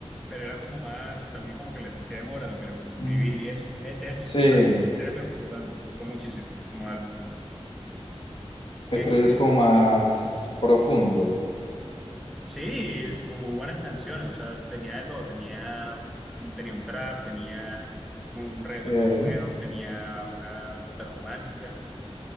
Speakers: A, in the centre; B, on the left (about 55°).
A: pero era como más, también como que la esencia de Mora, lo que le gusta escribir
B: Mm,
A: y eso. Eh, De hecho,
B: sí,
A: por eso Estrella me gustó tanto, me gustó muchísimo como álbum.
B: Estrella
A: Este,
B: es como más profundo.
A: sí, es con muy buenas canciones, o sea, tenía de todo, tenía, uno- tenía un trap, tenía muy, un reggaetón
B: Sí.
A: muy bueno, tenía una otra romántica.